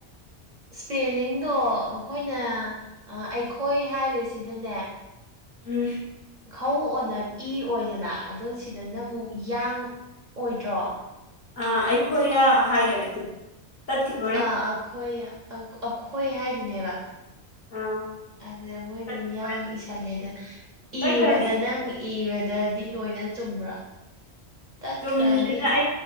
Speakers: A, on the right; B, on the left.
A: ꯏꯁꯄꯦꯂꯤꯡꯗꯣ ꯑꯩꯈꯣꯏꯅ ꯑꯩꯈꯣꯏ ꯍꯥꯏꯕꯁꯤꯗꯅꯦ
B: ꯎꯝ ꯑ
A: ꯈꯣꯏ ꯑꯣꯏꯗꯅ ꯑꯗꯣ ꯁꯤꯗꯅ ꯑꯃꯨꯛ ꯌꯥꯡ ꯑꯣꯏꯗ꯭ꯔꯣ
B: ꯑ ꯑꯩꯈꯣꯏ ꯌꯥ ꯍꯥꯏ ꯑꯗꯨꯗꯣ ꯇꯠꯈꯤꯗꯣꯔꯦ
A: ꯑꯥ ꯑꯩꯈꯣꯏ ꯑꯩꯈꯣꯏ ꯍꯥꯏꯗꯨꯅꯦꯕ
B: ꯑꯥ
A: ꯑꯗꯨꯗ ꯃꯣꯏꯅ
B: ꯇꯠꯈꯤꯗꯣꯔꯦ
A: ꯌꯥꯡ ꯏꯁꯁꯜꯂꯦꯗ
B: ꯇꯠꯈ꯭ꯔꯅꯤ
A: ꯏꯕꯗ ꯅꯪ ꯏꯕꯗꯗꯤ ꯂꯣꯏꯅ ꯆꯨꯝꯕ꯭ꯔꯥ ꯇꯠꯈ꯭ꯔꯅꯤꯗꯤ
B: ꯆꯨꯝꯗꯦꯗ ꯑꯩ